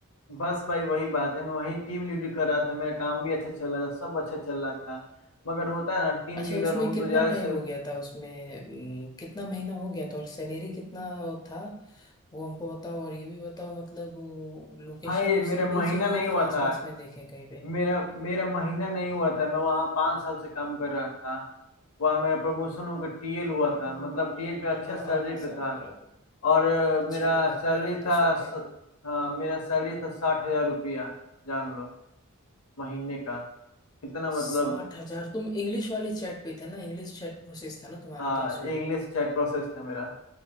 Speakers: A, on the left (about 75°); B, on the left (about 20°).
A: बस भाई वही बात है मैं वही टीम लीड कर रहा था मेरा काम भी अच्छा चल रहा था सब अच्छा चल रहा था मगर होता है ना टीम
B: अच्छा
A: लीडर
B: उसमें
A: हूँ
B: कितना
A: तो जैसे
B: टाइम हो गया था उसमें अम, कितना महीना हो गया था और सैलरी कितना था वो हमको बताओ और ये भी बताओ मतलब लोकेशन
A: भाई मेरा
B: उसी में
A: महीना
B: ही चाहिए
A: नहीं हुआ
B: फिर आसपास
A: था
B: में देखें कहीं पे
A: मेरा मेरा महीना नहीं हुआ था मैं वहाँ पाँच साल से काम कर रहा था वहाँ मेरा प्रमोशन होकर टीएल हुआ
B: ओ
A: था मतलब टीएल पे अच्छा
B: हाँ
A: सैलरी
B: हाँ हाँ
A: पे
B: समझ
A: था
B: रहा हूँ
A: और अ,
B: अच्छा
A: मेरा
B: नहीं लग
A: सैलरी
B: रहा है ये तो
A: था
B: सुन
A: स,
B: के
A: हाँ मेरा सैलरी था साठ हजार रुपया जान लो महीने का कितना
B: साठ
A: मतलब
B: हजार तुम इंग्लिश वाले चैट पे थे ना इंग्लिश चैट प्रोसेस था ना तुम्हारा
A: हाँ
B: तो उसमें
A: इंग्लिश चैट प्रोसेस था मेरा